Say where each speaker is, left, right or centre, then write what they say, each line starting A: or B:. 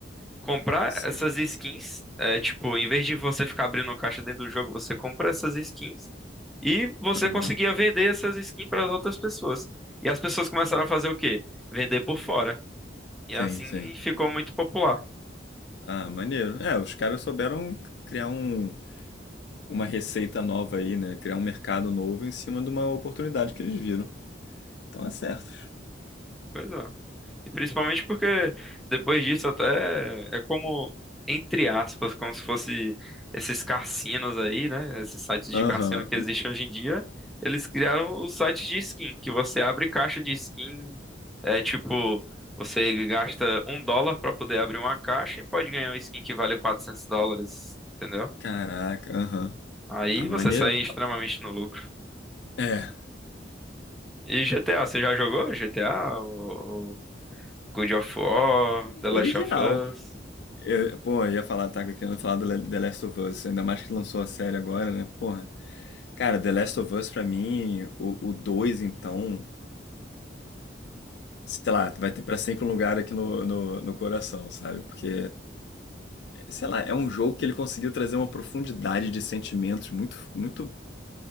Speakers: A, in the centre; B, on the left.
A: comprar
B: sim.
A: essas skins. É, tipo, em vez de você ficar abrindo caixa dentro do jogo, você compra essas skins e você
B: Aham.
A: conseguia vender essas skins para as outras pessoas. E as pessoas começaram a fazer o quê? Vender por fora. E
B: Sim,
A: assim
B: sim.
A: ficou muito popular.
B: Ah, maneiro. É, os caras souberam criar um, uma receita nova aí, né? Criar um mercado novo em cima de uma oportunidade que eles viram. Então é certo.
A: Pois é. E principalmente porque depois disso até é como, entre aspas, como se fosse esses cassinos aí, né? Esses sites de
B: Aham.
A: cassino que existem hoje em dia. Eles criaram os sites de skin, que você abre caixa de skin, é tipo, você gasta um dólar pra poder abrir uma caixa e pode ganhar uma skin que vale 400 dólares, entendeu?
B: Caraca, aham.
A: Aí
B: Ah, maneiro.
A: você sai extremamente no lucro.
B: É.
A: E GTA, você já jogou GTA? O, o God of War, The
B: Original.
A: Last of Us?
B: Eu, pô, eu ia falar, tá querendo falar do Le- The Last of Us, ainda mais que lançou a série agora, né? Porra. Cara, The Last of Us, pra mim, o, o 2 então, sei lá, vai ter pra sempre um lugar aqui no, no, no coração, sabe? Porque, sei lá, é um jogo que ele conseguiu trazer uma profundidade de sentimentos muito, muito,